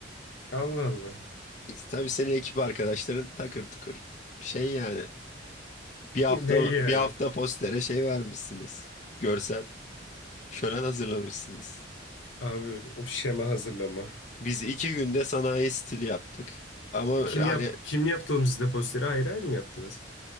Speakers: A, on the left; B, on the left.
A: Allah Allah.
B: Tabii senin ekip arkadaşların takır tukur şey yani. Bir hafta
A: <laughs> Ne iyi yani?
B: bir hafta postere şey vermişsiniz. Görsel şölen hazırlamışsınız.
A: Abi o şema hazırlama.
B: Biz iki günde sanayi stili yaptık. Ama
A: Kim
B: yani
A: yap kim yaptı oğlum sizde posteri ayrı ayrı mı yaptınız?